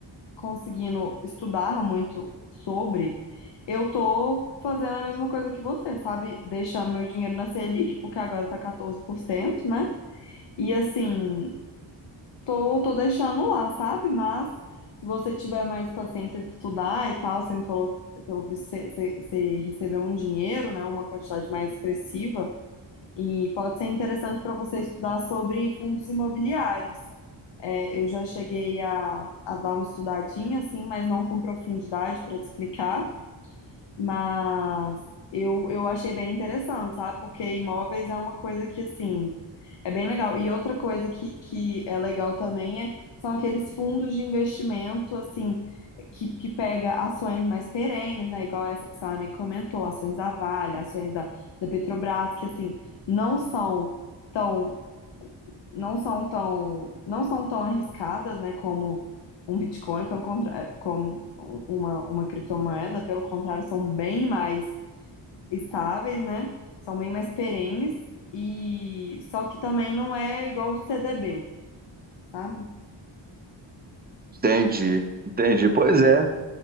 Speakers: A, on the left; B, on the right.
A: conseguindo estudar muito sobre, eu tô fazendo a mesma coisa que você, sabe? Deixando meu dinheiro na Selic, porque agora tá 14%, né? E assim tô, tô deixando lá, sabe? Mas se você tiver mais paciência de estudar e tal, você me falou, que, pelo visto, você, você- você recebeu um dinheiro, né? Uma quantidade mais expressiva. E pode ser interessante para você estudar sobre fundos imobiliários. É, eu já cheguei a, a dar uma estudadinha, assim, mas não com profundidade para te explicar. Mas eu, eu achei bem interessante, sabe? Porque imóveis é uma coisa que, assim, é bem legal. E outra coisa que, que é legal também é, são aqueles fundos de investimento, assim, que, que pega ações mais perenes, né? Igual essa que o seu amigo comentou, ações da Vale, ações da, da Petrobras, que, assim, não são tão não são tão, não são tão arriscadas, né, como um Bitcoin, pelo contrário, como um- uma, uma criptomoeda, pelo contrário, são bem mais estáveis, né? São bem mais perenes e só que também não é igual o CDB, sabe?
B: Entendi, entendi. Pois é.